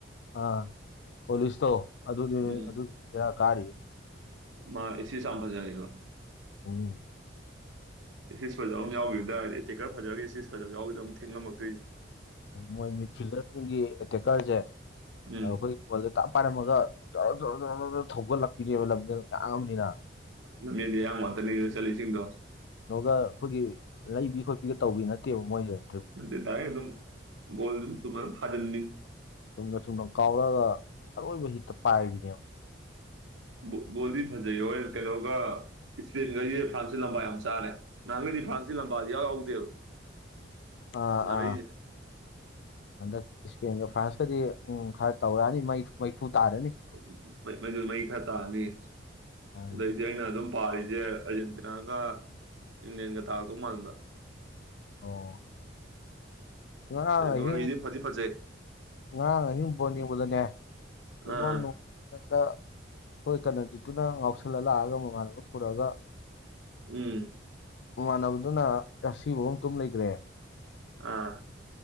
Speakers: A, on the left (about 60°); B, on the right (about 80°).
A: ꯑ ꯄꯣꯂꯤꯁꯇꯣ ꯑꯗꯨꯗꯤ
B: ꯎꯝ
A: ꯑꯗꯨ ꯕꯦꯔꯥ ꯀꯥꯔꯤ
B: ꯃꯥ ꯑꯦꯁꯤꯁ ꯌꯥꯝ ꯐꯖꯩꯑꯦꯕ
A: ꯎꯝ
B: ꯏꯁꯤꯁ ꯐꯖꯕ ꯑꯃ ꯌꯥꯎꯗ꯭ꯔ ꯍꯥꯏꯗꯤ ꯇꯦꯛꯀꯔ ꯐꯖꯔꯒꯦ ꯏꯁꯤꯁ ꯐꯖꯕꯎꯗ ꯑꯗꯨꯝ ꯊꯦꯡꯉꯝꯃꯛꯇꯣꯏꯁꯦ
A: ꯃꯣꯏ ꯃꯤꯗ ꯐꯤꯜꯗꯔꯁꯤꯡꯒꯤ ꯑꯦꯇꯦꯛꯀꯔꯁꯦ
B: ꯎꯝ
A: ꯑꯩꯈꯣꯏ ꯗ ꯇꯥꯛ ꯄꯥꯏꯔꯝꯃꯒ ꯆꯥꯎꯔ ꯆꯥꯎꯔ ꯆꯥꯎꯔ ꯊꯧꯒꯠꯂꯛꯄꯤꯅꯦꯕ ꯂꯝꯁꯤ ꯃꯥꯡꯉꯝꯅꯤꯅ
B: ꯂꯝꯖꯦꯟꯗ ꯑꯌꯥꯝꯡ ꯋꯥꯟꯇꯅꯤꯗꯅ ꯆꯠꯂꯤꯁꯤꯡꯗꯣ
A: ꯀꯩꯅꯣꯒ ꯑꯩꯈꯣꯏꯒꯤ ꯂꯩꯕꯤ ꯈꯣꯠꯄꯤꯒ ꯇꯧꯕꯤ ꯅꯠꯇꯦꯕ ꯃꯣꯏꯁ
B: ꯑꯗꯨ ꯇ ꯑꯗꯨꯝ ꯒꯣꯜꯗꯨꯝ ꯊꯨꯝꯃ ꯑꯗꯨꯝ ꯊꯥꯖꯤꯟꯅꯤ
A: ꯆꯨꯝꯅ ꯆꯨꯝꯅ ꯀꯥꯎꯔꯛꯑꯒ ꯑꯔꯣꯏꯕ ꯍꯤꯠꯇ ꯄꯥꯏꯕꯅꯦꯕ
B: ꯕꯣ ꯕꯣꯜꯗꯤ ꯐꯖꯩ ꯑꯣꯏ ꯀꯩꯅꯣꯒ ꯏꯁꯄꯦꯟꯈꯩꯖꯤ ꯐ꯭ꯔꯥꯟꯁꯀꯤ ꯂꯝꯕꯥ ꯌꯥꯝ ꯆꯥꯔꯦ ꯅꯍꯥꯟꯒꯩꯗꯤ ꯐ꯭ꯔꯥꯟꯁꯀꯤ ꯂꯝꯕꯥ ꯏꯌꯥꯎ ꯌꯥꯎꯗꯦꯕ
A: ꯑꯥ
B: ꯁꯥꯟꯅꯔꯛꯏꯁꯦ
A: ꯑꯥ ꯍꯟꯗꯛ ꯏꯁꯄꯦꯟꯒ ꯐ꯭ꯔꯥꯟꯁꯀꯗꯤ ꯎꯝ ꯈꯔ ꯇꯧꯔꯛꯑꯅꯤ ꯃꯩ ꯃꯩꯈꯨ ꯇꯥꯔꯅꯤ
B: ꯎ ꯃ ꯃꯩ ꯈꯔ ꯇꯥꯅꯤ
A: ꯑꯥ
B: ꯑꯗꯩ ꯗꯤ ꯑꯩꯅ ꯑꯗꯨꯝ ꯄꯥꯔꯤꯁꯦ ꯑꯔꯖꯦꯟꯇꯤꯅꯥꯒ ꯏꯪꯂꯦꯟꯒ ꯇꯥꯔꯛꯇꯧ ꯃꯥꯟꯕ
A: ꯑꯣ ꯉꯔꯥꯡ ꯑꯍꯤꯡ
B: ꯅꯣꯔꯋꯦꯗꯤ ꯐꯗꯤ ꯐꯖꯩ
A: ꯉꯔꯥꯡ ꯑꯍꯤꯡ ꯕꯣꯟ ꯌꯦꯕꯗꯅꯦ ꯇꯨꯝꯕꯝ
B: ꯑꯥ
A: <unintelligible> ꯍꯣꯏ ꯀꯔꯅꯖꯤꯠꯇꯨꯅ ꯉꯥꯎꯁꯜꯂ ꯂꯥꯛꯑꯒ ꯃꯃꯥꯟꯅꯕ ꯄꯨꯔꯛꯑꯒ
B: ꯎꯝ
A: ꯃꯃꯥꯟꯅꯕꯗꯨꯅ ꯑꯁꯤꯕ ꯇꯨꯝ ꯂꯩꯒ꯭ꯔꯦ
B: ꯑꯥ